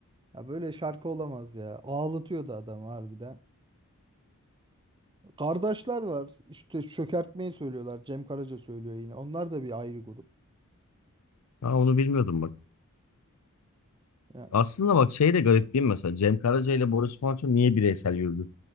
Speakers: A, on the right; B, on the left.
A: Ya böyle şarkı olamaz ya. Ağlatıyordu adam harbiden. Kardeşler var. İşte çökertmeyi söylüyorlar. Cem Karaca söylüyor yine. Onlar da bir ayrı grup.
B: Ha, onu bilmiyordum bak.
A: Ya,
B: Aslında bak şey de garip değil mi mesela? Cem Karaca ile Boris Manço niye bireysel yürüdü?